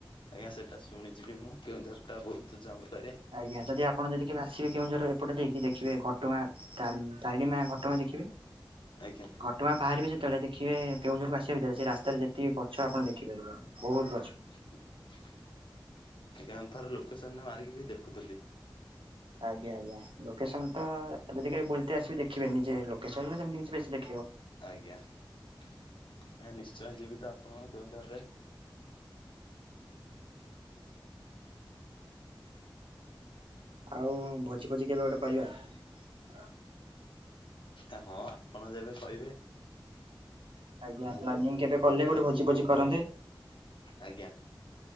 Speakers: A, on the left; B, on the right.
A: ଆଜ୍ଞା ସେଟା ଶୁଣିଚି ବି ମୁଁ କେଉଁଝର ଟା ବହୁତ ଜଙ୍ଗ
B: ଆଜ୍ଞା, ଯଦି ଆପଣ ଯଦି କେବେ ଆସିବେ କେଉଁଝର ଏପଟେ ଦେଇକି ଦେଖିବେ ଘ ଟଗାଁ ତାରଣ ତାରିଣୀ ମା ଘଟଗାଁ ଦେଖିବେ।
A: ଆଜ୍ଞା
B: ଘଟଗାଁ ବାହାରିବେ ଯେତେବେଳେ ଦେ ଦେଖିବେ କେଉଁଝରକୁ ଆସିବ ଭିତରେ ସେ ରାସ୍ତାରେ ଯେତିକି ଗଛ ଆପଣ ଦେଖି ପାରିବେନି ବହୁତ ଗଛ।
A: ଆ <unintelligible> ଆଜ୍ଞା, ଥରେ ଲୋକେସନ୍ ରେ ମାରିକି ବି ଦେଖୁଥିଲି।
B: ଆଜ୍ଞା, ଆଜ୍ଞା ଲୋକେସନ୍ ତ ଯଦି କେବେ ବୁଲତେ ଆସିବେ ଦେଖିବେ ନିଜେ ଲୋକସନ୍ ରେ ସେମତି କିଛି ବେଶୀ ଦେ
A: ଆଜ୍ଞା ଏଁ, ନିଶ୍ଚୟ ଯିବି ତ ଆପଣଙ୍କ କେଉଁଝର। ରେ
B: ଆଉ ଭୋଜି ଭୋଜି କେବେ ଗୋଟେ କରିବା?
A: ଏ ହଁ ଆପଣ ଯେବେ କହିବେ।
B: ଆଜ୍ଞା ପ୍ଲାନିଂ କେବେ କଲେ ଗୋଟେ ଭୋଜି ଫୋଜି କରନ୍ତେ?
A: ଆଜ୍ଞା